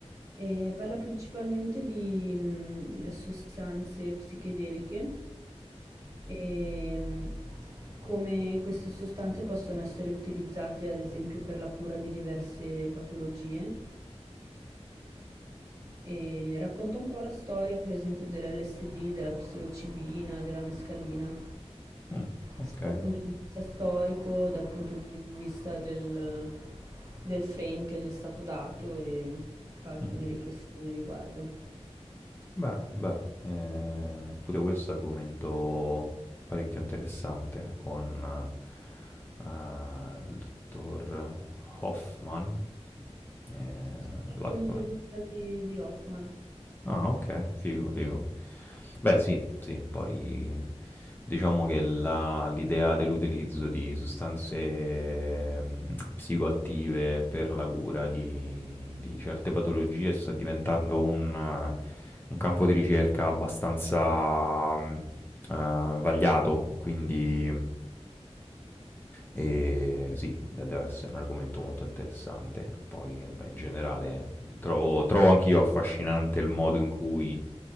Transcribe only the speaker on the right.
e parla principalmente di mm, sostanze psichedeliche e mm, come queste sostanze possono essere utilizzate ad esempio per la cura di diverse patologie E racconta un po' la storia, per esempio, dell'LSD, della psilocibina, della mescalina,
sia dal punto di vista storico, dal punto di vista del, del frame che gli è stato dato e fa alcune
riflessioni a riguardo.
Sì, C'è anche
un'intervista
di, di Hoffman,